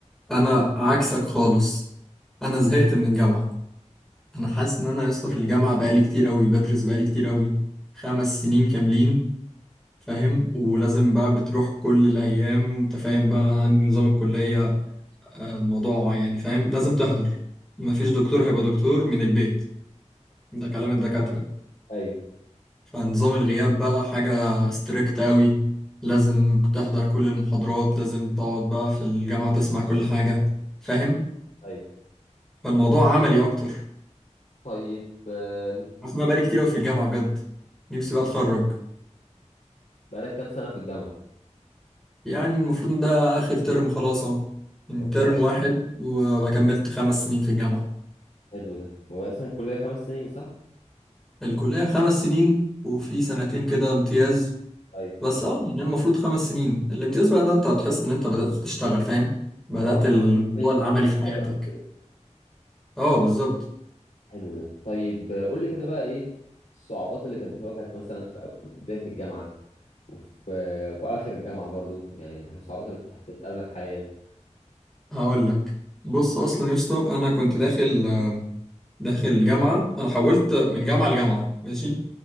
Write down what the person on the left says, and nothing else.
ايوه
ايوه
طيب آم،
بقالك كام سنة في الجامعة
والله
حلو ده هو اصلا الكلية خمس سنين صح
ايوه
عمرك
تنزل
بقى كده
حلو ده طيب آه، قول لي كده بقى ايه الصعوبات اللي كانت بتواجهك مثلا في في بداية الجامعة وفي وفي اواخر الجامعه برضو يعني الصعوبات اللي بت- بتقابلك حاليا